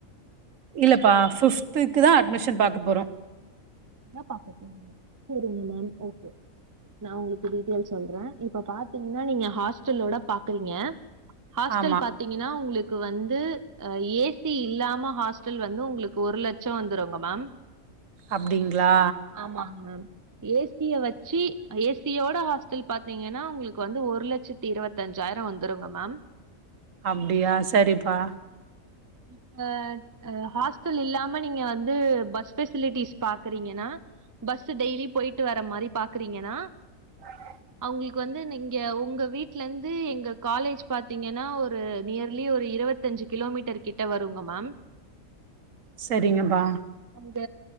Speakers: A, on the right (about 70°); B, on the right (about 20°).
A: இல்லப்பா ஃபிப்த்துக்கு தா அட்மிஷன் பக்க பாக்க போறோ
B: என்ன பாக்க போனிங்க சரிங்க மேம் ஓகே நா உங்களுக்கு டீட்டெயல்ஸ் சொல்றேன் இப்ப பாத்தீங்கன்னா நீங்க ஹாஸ்டல்லோட பாக்குறீங்க ஹாஸ்டல்
A: ஆமா
B: பாத் பாத்திங்கன்னா உங்களுக்கு வந்து அ ஏசி இல்லாம ஹாஸ்டல் வந்து உங்களுக்கு ஒரு லட்சொ வந்துருங்க மேம்
A: அப்டிங்ளா
B: ஆமாங் மேம் ஏசிய வச்சி ஏசியோட ஹாஸ்டல் பாத்தீங்கன்னா உங்களுக்கு வந்து ஒரு லட்சத் தி இருவத்தஞ்சாயிரம் வந்துருங்க மேம்
A: அப்டியா சரிப்பா
B: இப்ப அ ஹாஸ்டல் இல்லாம நீங்க வந்து பஸ் ஃபெசிலிட்டிஸ் பாக்குறீங்கன்னா பஸ்ஸு டெய்லி போயிட்டு வர மாரி பாக்குறீங்கன்னா
A: ஹா
B: அவுங்களுக்கு வந்து நீங்க ஒங்க வீட்லர்ந்து எங்க காலேஜ் பாத்தீங்கன்னா ஒரு நியர்லி ஒரு இருவத் தஞ்சு கிலோமீட்டர் கிட்ட வருங்க மேம்
A: சரிங்கப்பா
B: அந்த